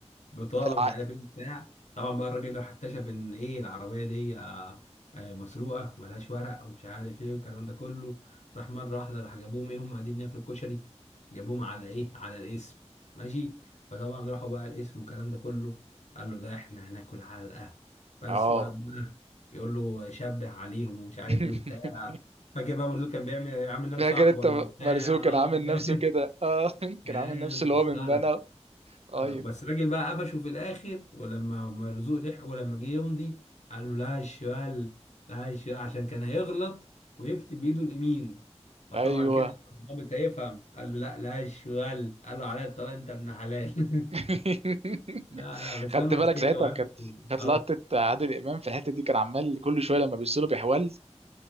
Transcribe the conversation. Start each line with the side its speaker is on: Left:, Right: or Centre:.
Left: بطاقه
Right: العقد
Left: مش عارف ايه بتاع طبعا بقى الراجل راح اكتشف ان ايه العربيه دي آه، آه، مسروقه وملهاش ورق ومش عارف ايه والكلام ده كله راح مره واحده راح جابوهم ايه هم قاعدين ياكلوا الكشري جابوهم على ايه على الاسم ماشي فطبعا راحوا بقى الاسم والكلام ده كله قال له ده احنا هناكل علقه بس
Right: اه
Left: وقف بقى يقول له شبه عليهم ومش عارف
Right: <laughs>
Left: ايه وبتاع فاكر بقى مرزوق كان بيعمل عامل نفسه
Right: فاكر
Left: صاحبه
Right: انت
Left: وبتاع
Right: مرزوق كان
Left: اه
Right: عامل
Left: <laughs> كان
Right: نفسه كده اه <laughs>
Left: كان
Right: كان عامل نفسه اللي
Left: مسخره
Right: هو من بنا ايوه
Left: آه بس الراجل بقى قفشه في الاخر ولما مرزوق لحقه ولما جه يمضي قال له لا الشمال لا الشمال عشان كان هيغلط ويكتب بايده اليمين فطبعا
Right: ايوه
Left: كده الضابط هيفهم قال له لا لا الشمال قال له عليا الطلاق انت ابن حلال
Right: <laughs>
Left: <laughs> لا لا بس
Right: خدت
Left: كانوا
Right: بالك
Left: اذكياء
Right: ساعتها
Left: وعرفوا
Right: كانت كانت
Left: اه
Right: لقطه عادل امام في الحته دي كان عمال كل شويه لما بيصله بيحول